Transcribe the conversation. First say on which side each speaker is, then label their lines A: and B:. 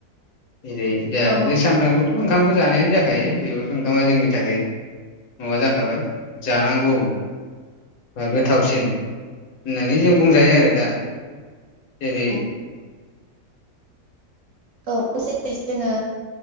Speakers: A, on the left (about 65°); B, on the right (about 65°).
A: जेरै जहा
B: औ
A: बिदिनो सानफ्रामबोथ' ओंखामखौ जानायानो जाखायो। बेबोथ' ओंखामा जोंनि थाखाय माबा जाखाबाय जानांगौ बा गोथावसिन होननानै जों बुंजायो आरो दा। ए
B: औ औ जोंङो